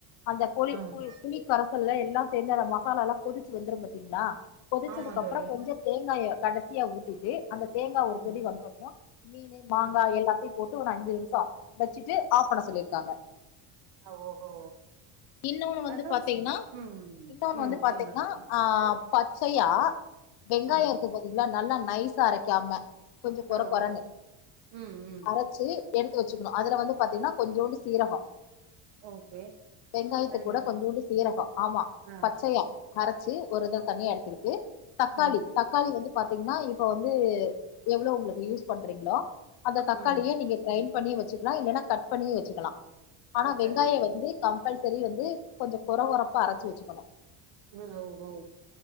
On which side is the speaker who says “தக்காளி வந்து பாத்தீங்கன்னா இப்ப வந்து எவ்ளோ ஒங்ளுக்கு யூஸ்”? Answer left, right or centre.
Left